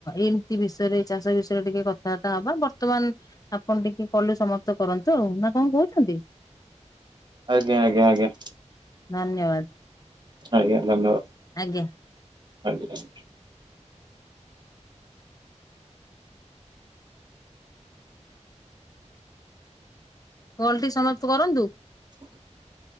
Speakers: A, on the left; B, on the right.
A: ଏମିତି ବିଷୟରେ ଚାଷ ବିଷୟରେ ଟିକେ କଥାବାର୍ତ୍ତା ହବା ବର୍ତ୍ତମାନ ଆପଣ ଟିକେ କଲ ସମାପ୍ତ କରନ୍ତୁ ନା କଣ କହୁଛନ୍ତି?
B: ଆଜ୍ଞା, ଆଜ୍ଞା, ଆଜ୍ଞା।
A: ଧନ୍ୟବାଦ।
B: ଆଜ୍ଞା ଧନ୍ୟବାଦ
A: ଆଜ୍ଞା।
B: ଆଜ୍ଞା।
A: କଲଟି ସମାପ୍ତ କରନ୍ତୁ।
B: <inaudible>